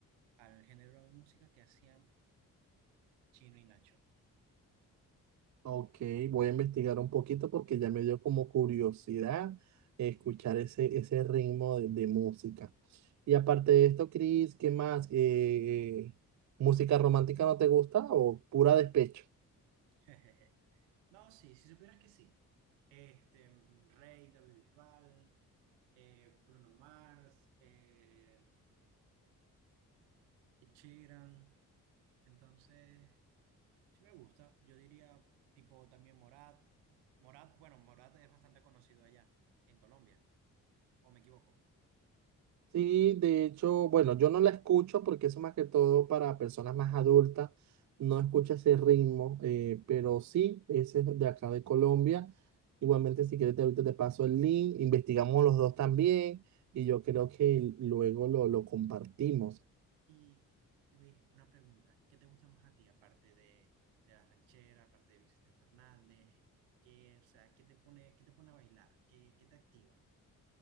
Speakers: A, on the right; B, on the right.
A: al género de música que hacían Chino y Nacho.
B: Ok, voy a investigar un poquito porque ya me dio como curiosidad escuchar ese, ese ritmo de, de música. Y aparte de esto, Chris, ¿qué más? Eh, eh, ¿música romántica no te gusta o pura despecho?
A: <laughs> No, sí, si supieras que sí. Este, mm, Rey, David Bisbal, eh, Bruno Mars, eh, Ed Sheeran. Entonces, sí me gusta. Yo diría, tipo, también Morat. Morat, bueno, Morat es bastante conocido allá, en Colombia, o me equivoco.
B: Sí, de hecho, bueno, yo no la escucho porque eso más que todo para personas más adultas, no escucha ese ritmo, eh, pero sí, ese es de acá de Colombia. Igualmente, si quieres, te, ahorita te paso el link, investigamos los dos también y yo creo que luego lo, lo compartimos.
A: Y, Luis, una pregunta. ¿Qué te gusta más a ti, aparte de, de la ranchera, aparte de Vicente Fernández? ¿Qué, o sea, qué te pone, qué te pone a bailar? ¿Qué, qué te activa?